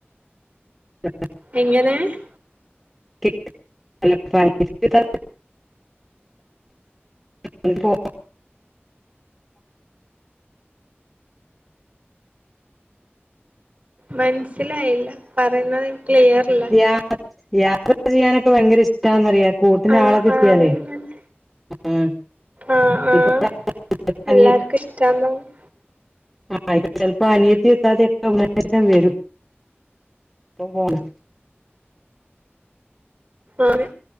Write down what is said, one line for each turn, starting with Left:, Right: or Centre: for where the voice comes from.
Centre: <inaudible>
Right: എങ്ങനെ ഹ്
Centre: കെട്ട് അല്ല പ്രായത്ത് ല് ത്താലും <inaudible> പോ
Right: മൻസിലായ്ല്ല പറയുന്നത് ക്ലിയർ ഇല്ല
Centre: യാഹ് യാ കാൾ ചെയ്യാനക്ക ഭയ്ങ്കര ഇഷ്ടാ ന്നറിയാ കൂട്ട്ന്
Right: ആഹ്
Centre: ആളകിട്ടിയാല്
Right: ആഹ് അങ്ങനെ
Centre: ആ ആ
Right: ആഹ് ആഹ്
Centre: ഇപ്പ <inaudible> വടേ അനിയ
Right: എല്ലാർക്കും ഇഷ്ടാന്ന് തോന്നുന്നു
Centre: ആഹ് ചൽപ്പ അനിയത്തിം ത്താതെക്ക അന്നേരം തന്ന വരും പ്പ പ്പോണ്
Right: ആണ്